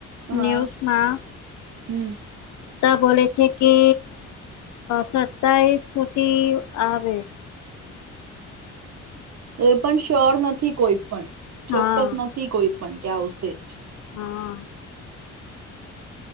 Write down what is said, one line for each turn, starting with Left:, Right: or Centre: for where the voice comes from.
Right: હા
Left: ન્યૂઝમાં
Right: હમ
Left: બોલે છે કે સતાવીસ સુધી આવેછ
Right: એ પણ શ્યોર નથી કોઈ પણ ચોક્કસ
Left: હા
Right: નથી કોઈ પણ કે આવશે જ
Left: હા